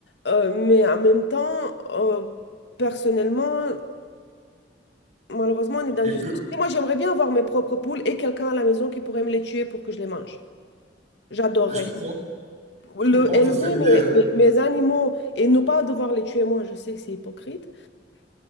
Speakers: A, on the left; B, on the right.
A: Euh, mais en même temps, euh, personnellement, malheureusement, on est dans
B: Et
A: une
B: le co-
A: société... Moi, j'aimerais bien avoir mes propres poules et quelqu'un à la maison qui pourrait me les tuer pour que je les mange. J'adorerais
B: je comprends, je
A: le,
B: comprends,
A: Euh, élever
B: ça serait l'idéal.
A: mes, mes, mes animaux et ne pas devoir les tuer moi, je sais que c'est hypocrite.